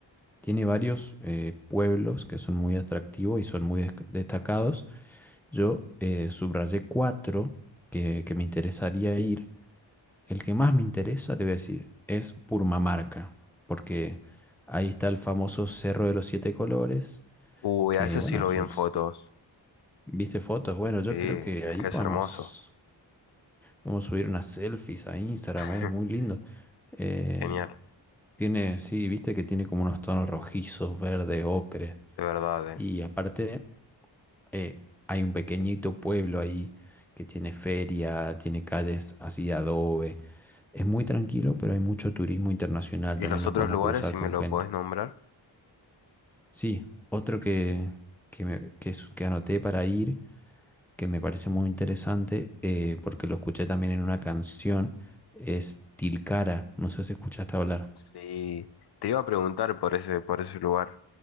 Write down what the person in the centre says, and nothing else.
tiene varios eh, pueblos que son muy atractivos y son muy destac- destacados. Yo eh, subrayé cuatro que, que me interesaría ir El que más me interesa, te voy a decir, es Purmamarca, porque ahí está el famoso Cerro de los Siete Colores,
que
bueno,
es
un...
s-
¿Viste fotos? Bueno, yo
creo que
ahí
podemos,
podemos subir unas selfies a Instagram,
es muy lindo. Eh,
tiene, sí, viste que tiene como unos tonos rojizos, verdes, ocres.
Y aparte, eh, hay un pequeñito pueblo ahí que tiene feria, tiene calles así de adobe. Es muy tranquilo, pero hay mucho turismo internacional,
también
nos
podemos
cruzar
con
gente.
Sí, otro que, que, me- que es- que anoté para ir, que me parece muy interesante, eh, porque lo escuché también en una canción, es Tilcara, no sé si escuchaste hablar.